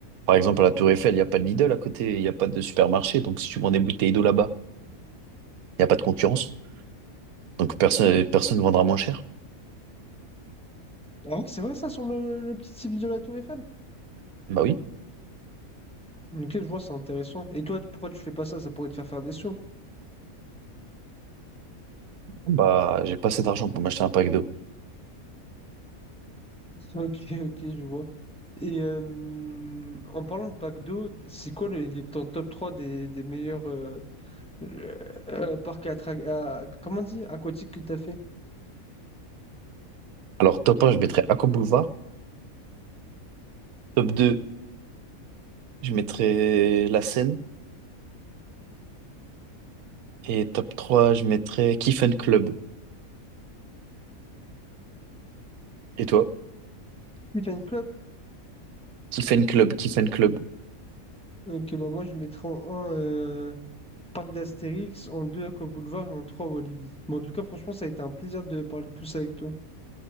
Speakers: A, on the right; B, in the centre.
A: par exemple, à la Tour Eiffel, il n'y a pas de Lidl à côté, il n'y a pas de supermarché. Donc, si tu vends des bouteilles d'eau là-bas, il n'y a pas de concurrence. Donc, personne, personne ne vendra moins cher.
B: Ah ouais, c'est vrai ça sur le, le petit site de la Tour Eiffel?
A: Bah oui,
B: Ok, je vois, c'est intéressant. Et toi, tu- pourquoi tu fais pas ça? Ça pourrait te faire faire des sous.
A: bah, j'ai pas assez d'argent pour m'acheter un pack d'eau.
B: <laughs> Ok, ok, je vois. Et euh, en parlant de pack d'eau, c'est quoi le, les- ton top 3 des, des meilleurs euh, Euh, euh, parc à, tra- à- comment on dit? Aquatique que t'as fait.
A: Alors, top un, je mettrais Aqua Boulevard. Top deux, je mettrais La Seine. Et top 3, je mettrais Kiffen Club. Et toi?
B: Weekend Club.
A: Kiffen Club, Kiffen Club.
B: Ok, bah moi je mettrais en un euh, Parc d'Astérix, en 2 Aqua Boulevard et en 3 Walibi. Mais en tout cas, franchement, ça a été un plaisir de parler de tout ça avec toi.